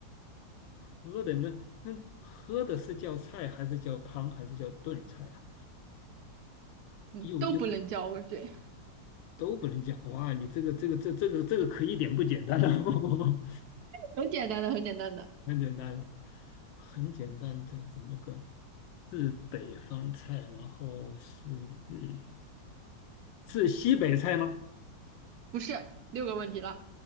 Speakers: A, on the left; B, on the right.
A: 喝的那那喝的是叫菜还是叫汤还是叫炖菜啊？
B: 嗯，
A: 又又
B: 都不能叫我嘴，
A: 都不能讲哇！你这个这个这这个这个可一点不简单了，<laughs>
B: 很简单的，很简单的。
A: 很简单了，很简单，这怎么个？是北方菜，然后是嗯是西北菜吗？
B: 不是六个问题了。